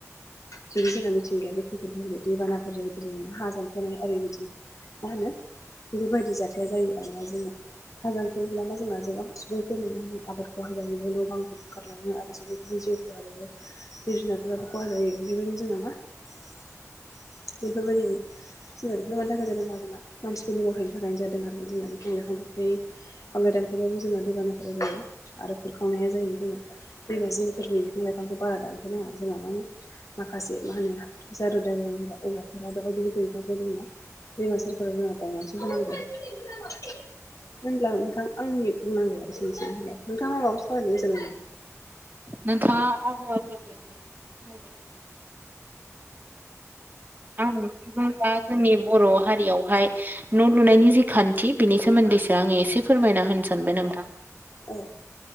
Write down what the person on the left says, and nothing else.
जुदि जोंना मिथिंगाया बेखिफोर ज दैबानाफोर जाहायो जों नङा हाजों जानख'नाय आरोओरबायदि मा होनो बेफोरबायदि जाथाया जायो आरोना जोंना हाजाखोयोबा मा जोंना गोबां सुबुंफोर नुनानै आबादखौ हाजाायो न' बांखौ बोखारलाङो आरो सुबुंफोरनि जिउ खहा जायो जिब जुनारफोराबो खहा जायो बेबायदिनो जोंनाामा बेफोरबायदिनो जोंना बेफोर मानि थाखाय जादों जोंना मानसिनि मावथायाइनि थाखायनो जादों आरो जोंना बिफां लाइफां दंफाखाय दानखेयावबो जोंना दैबानाफोरा जायो आरो खुरखावनाया जायो जों ना दैमा जिंफोरनि बिफां लाइफांखौ बारा थानाइ नाङा जोंहा मा होनो माखासे मा होनो ज रोदा औवाफोराथ' बायदि दैबो जोंना दैमा सेरफोराव जोंना गायनानैसो होनांगोन। म होनब्ला नोंथां आंनि बुंनांगौआ एसेनो एसै होन नोंथाङा माबा खालामलायनो गोसो दङ।
औ।